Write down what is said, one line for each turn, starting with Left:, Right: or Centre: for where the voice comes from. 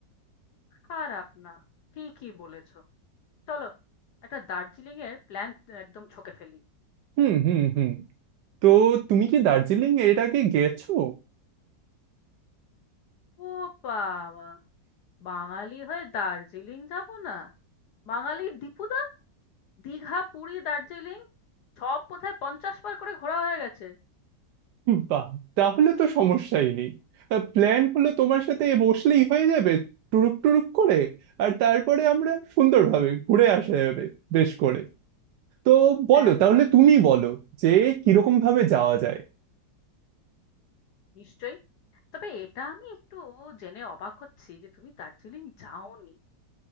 Left: খারাপ না ঠিকই বলেছো চলো একটা দার্জিলিং এর প্ল্যান একদম ছকে ফেলি
Right: হুম হুম হুম তো তুমি কি দার্জিলিং এর আগে গেছো
Left: ও বাবা বাঙালি হয়ে দার্জিলিং যাব না বাঙালি দীপুদা দীঘা পুরী দার্জিলিং সব বোধহয় পঞ্চাশ বার করে ঘোরা হয়ে গেছে
Right: বাহ তাহলে তো সমস্যাই নেই প্ল্যান হলো তোমার সাথে বসলেই হয়ে যাবে টুরুক টুরুক করে আর তারপরে আমরা সুন্দরভাবে ঘুরে আসা যাবে বেশ করে তো বলো
Left: একদম
Right: তাহলে তুমি বলো যে কিরকম ভাবে যাওয়া যায়
Left: নিশ্চয়ই তবে এটা আমি একটু জেনে অবাক হচ্ছি যে তুমি দার্জিলিং যাওনি